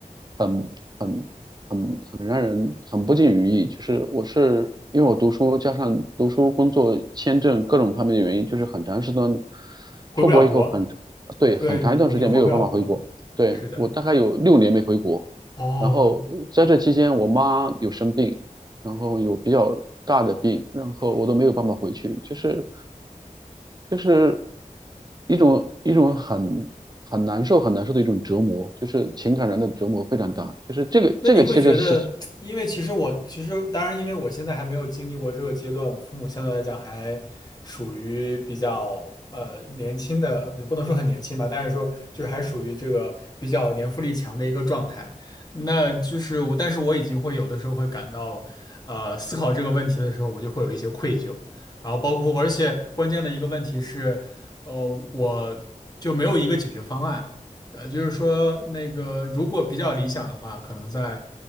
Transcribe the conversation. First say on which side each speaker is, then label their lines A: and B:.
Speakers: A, on the right (about 30°); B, on the left (about 30°).
A: 很，很很很让人很不尽如意，就是我是因为我读书加上读书、工作、签证各种方面的原因，就是很长时间
B: 回不了国，
A: 出国以后很，对，
B: 对你你回不了国，
A: 很长一段时间没有办法回国。对，
B: 是的，
A: 我大概有六年没回国。
B: 哦，
A: 然后在这期间，我妈有生病，然后有比较大的病，然后我都没有办法回去，就是就是一种一种很很难受很难受的一种折磨，就是情感上的折磨非常大，就是这个这个其实是
B: 那你会觉得，因为其实我其实当然，因为我现在还没有经历过这个阶段，我父母相对来讲还属于比较呃年轻的，不能说很年轻吧，但是说就是还属于这个比较年富力强的一个状态。那就是我，但是我已经会有的时候会感到，呃，思考这个问题的时候，我就会有一些愧疚，然后包括而且关键的一个问题是，呃，我就没有一个解决方案。呃，就是说那个如果比较理想的话，可能在